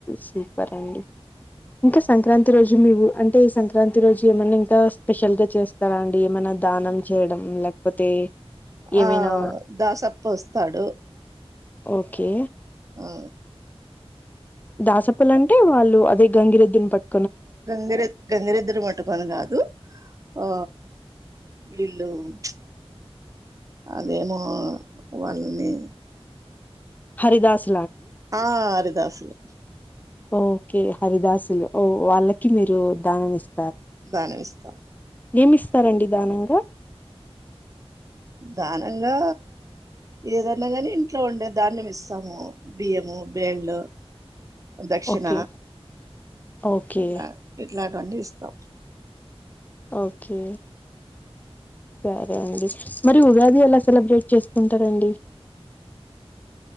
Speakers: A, on the left; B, on the right.
A: సూపర్ అండి. ఇంకా సంక్రాంతి రోజు మీవు అంటే సంక్రాంతి రోజు ఏమన్నా ఇంకా స్పెషల్ గా చేస్తారా అండి. ఏమైనా దానం చేయడం లేకపోతే ఏమైనా
B: ఆ దాసప్ప వస్తాడు.
A: ఓకే
B: ఉ
A: దాసప్పలంటే వాళ్ళు అది గంగిరెద్దున్ పట్
B: గంగిరెద్ గంగిరెద్దును పట్టుకొని కాదు. ఆ వీళ్ళు ప్చ్ అదేమో వాళ్ళని
A: హరిదాస్
B: ఆ హర్ దాసలు
A: ఓకే హరిదాసులు ఓ వాళ్ళకి మీరు దానం ఇస్
B: దానమిస్తాం.
A: ఏమిస్తారండి దానంగా
B: దానంగా ఏదన్నాగాని ఇంట్లో ఉండే దాన్యం ఇస్సాము. బియ్యము బేడ్లు దక్షిణ
A: ఓకే ఓకే
B: ఇట్లా ఇట్లా అన్ని ఇస్తా
A: ఓకే సరే అండి మరి ఉగాది ఎలా సెలబ్రేట్ చేసుకుంటారండి.